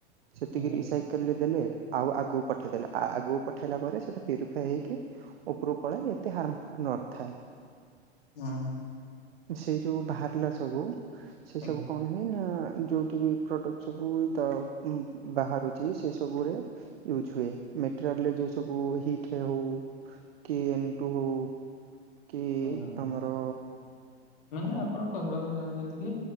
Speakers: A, on the right (about 60°); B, on the left (about 50°).
A: ସେତିକିରି
B: ଆଜ୍ଞା
A: ସାଇକେଲରେ ଦେଲେ ଆଉ ଆଗକୁ ପଠେଇଦେଲେ ଆଗକୁ ପଠେଇଲା ପରେ ସେଟା ପ୍ୟୁରିଫାଇ ହେଇକି ଉପରୁକୁ ପଳେଇ ଏତେ ହାର୍ମଫୁଲ ନ ନଥାଏ।
B: ହଁ ହଁ
A: ସେ ଯୋଉ ବାହାରିଲା ସବୁ ସେ
B: ଆଜ୍ଞା।
A: ସବୁ କଣ ହୁଏ ନା ଯୋଉ ଟିଭି ପ୍ରଡ଼କ୍ଟ
B: ହୁଁ
A: ସବୁ ଦାଅ ଉଁ ବାହାରୁଛି ସେ ସବୁରେ ୟୁଜ୍ ହୁଏ ମେଟେରିଆଲ ରେ ଯେଉଁ ସବୁ ହିଟ୍ ଠେ ହଉ କି ଏଣ୍ ଟୁ ହଉ କି
B: ହୁଁ
A: ଆମର
B: ମାନେ
A: କଣ
B: ଆପଣ
A: ତ
B: କହିବାକୁ ଚାହୁଁଛନ୍ତି କି